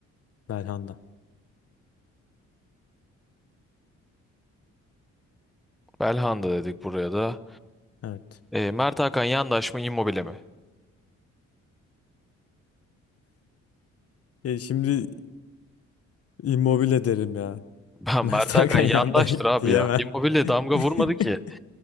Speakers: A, on the left (about 50°); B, in the centre.
A: Belhanda.
B: Belhanda dedik buraya da.
A: Evet.
B: Ee, Mert Hakan Yandaş mı Immobile mi?
A: E şimdi Immobile derim ya.
B: <laughs>
A: <laughs>
B: Ben
A: Mert
B: Mert Hakan
A: Hakan
B: Yandaş'tır
A: yanında <laughs>
B: abi
A: diyemem.
B: ya. Immobile damga vurmadı
A: <laughs>
B: ki.